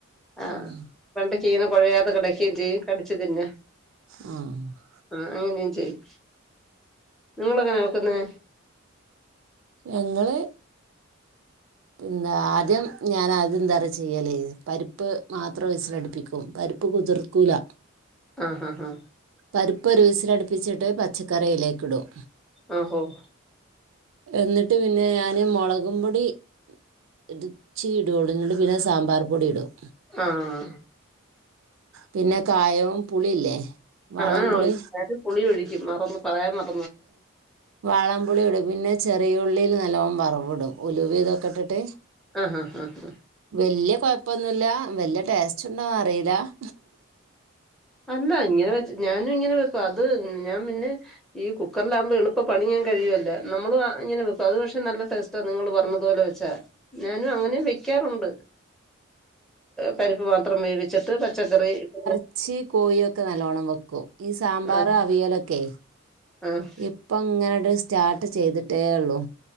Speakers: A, in the centre; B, on the right.
A: ആഹ്
B: ഉം
A: വെണ്ടക്കീന കുഴയാതെ കിടക്കേയും ചെയ്യും കടിച്ചു തിന്ന
B: ആഹ്
A: ആഹ് അങ്ങനെയും ചെയ്യും. നിങ്ങളെങ്ങനാ വെക്കുന്നേ?
B: ഞങ്ങള് പിന്നാ ആദ്യം ഞാനാദ്യംന്താറിയൊ ചെയ്യല് പരിപ്പ് മാത്രം വിസലടിപ്പിക്കും. പരിപ്പ് കുതിർക്കൂല.
A: ആഹ് ആഹ് ആഹ്
B: പരിപ്പ് ഒരു വിസിലടുപ്പിച്ചിട്ട് പച്ചക്കറിയിലേക്ക് ഇടും.
A: ആഹ് ഓഹ്
B: എന്നിട്ട് പിന്നെ ഞാന് മുളകും പൊടി. ഒരു ഇച്ചി ഇടുവോളു എന്നിണ്ട് പിന്നെ സാമ്പാർ പൊടി ഇടും.
A: ആഹ്
B: പിന്നെ കായവും പുളിയില്ലേ. വാളൻപുളി
A: ആഹ് ഞാനും പുളി ഒഴിക്കും. മറന്ന് പറയാൻ മറന്ന്.
B: വാളൻ പുളിയിടും പിന്നെ. ചെറിയ ഉള്ളിയിൽ നലോണം വറവ് ഇടും ഉലുവ് ഇതൊക്കെ ഇട്ടിട്ട്.
A: ആഹ് ഹാ ഹാ ഹാ
B: വല്യ കൊഴപ്പൊന്നുല്ല. വല്യ ടേസ്റ്റ് ഉണ്ടോന്ന് അറിയില്ല. <inaudible>
A: അല്ലാ, ഇങ്ങനെ വെ ഞാനും ഇങ്ങനെ വെക്കും. അത് ഞാൻ പിന്നെ. ഈ കുക്കറിലാകുമ്പോ എളുപ്പ പണി വേഗം കഴിയുല്ലോ. നമ്മള് ഇങ്ങനെ വെക്കും അത് പക്ഷെ നല്ല ടേസ്റ്റ് ത് നിങ്ങള് പറഞ്ഞതു പോലെ വെച്ചാ, ഞാനും അങ്ങനെ വെക്കാറുണ്ട്. പരിപ്പ് മാത്രം വേവിച്ചിട്ട് പച്ചക്കറി. പിന്നെ
B: ച്ചി, കോഴി ഒക്കെ നല്ലോണം വെക്കും. ഈ സാമ്പാർ
A: ആഹ്
B: അവിയലൊക്കെ.
A: ആഹ്
B: ഇപ്പ അങ്ങാട് സ്റ്റാർട്ട് ചെയ്തിട്ടേ ഉള്ളു